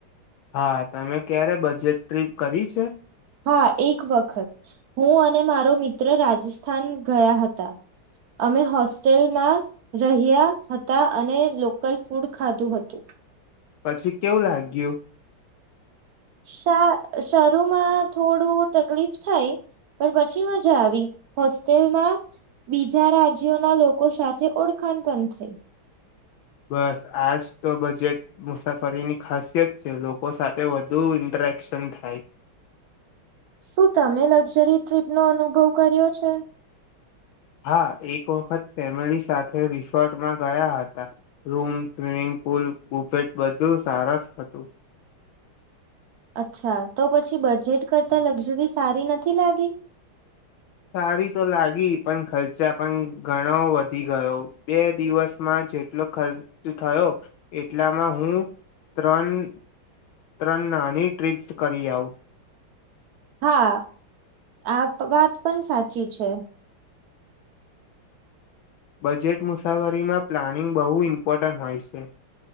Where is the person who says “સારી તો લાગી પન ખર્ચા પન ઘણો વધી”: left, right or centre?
Left